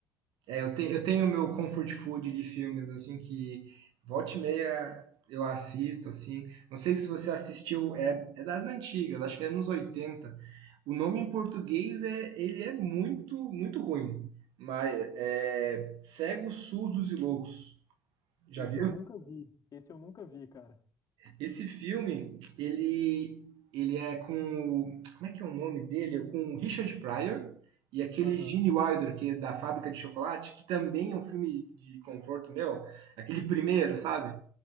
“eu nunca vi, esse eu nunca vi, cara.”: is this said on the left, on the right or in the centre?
Left